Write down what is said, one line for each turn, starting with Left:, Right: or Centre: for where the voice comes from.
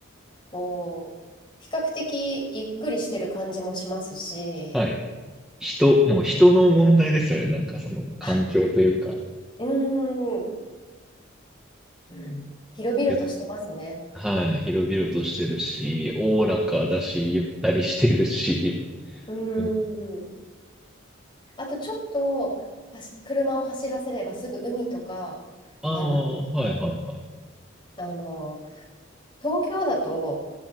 Left: こう、比較的ゆっくりしてる感じもしますし、
Centre: はい。人、もう人の問題ですよね。なんかその環境というか、
Left: あ、うーん、うん。広々としてますね。
Centre: ゆはい。広々としてるし、おおらかだし、ゆったりしてるし。
Left: うー
Centre: うん
Left: ん。あとちょっとはし車を走らせればすぐ海とか山とか、
Centre: ああ、はいはいはい。
Left: あの、東京だと、